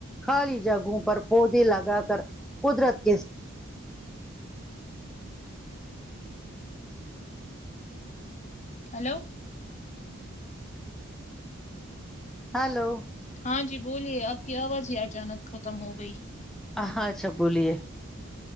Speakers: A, in the centre; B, on the left (about 35°).
A: خالی جگہوں پر پودے لگا کر قدرت کے
B: ہیلو
A: ہلو
B: ہاں جی بولیے آپ کی آواز ہی اچانک ختم ہو گئی
A: ہ ہاں اچھا بولیے